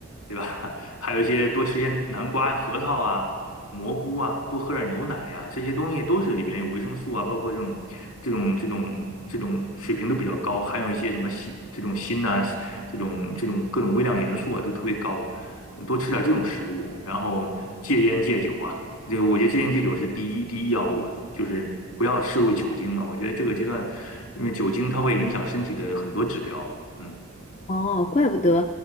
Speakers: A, on the left (about 80°); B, on the left (about 30°).
A: 对吧？<laughs> 还有一些多吃些南瓜、核桃啊、蘑菇啊，多喝点牛奶啊，这些东西都是里边有维生素啊，包括这种这种这种这种水平都比较高，含有一些什么锌这种锌呐、这种这种各种微量元素啊都特别高，嗯多吃点这种食物，然后戒烟戒酒啊，这个我觉得戒烟戒酒是第一第一要务的，就是不要摄入酒精了。我觉得这个阶段，因为酒精它会影响身体的很多指标，嗯。
B: 哦，怪不得，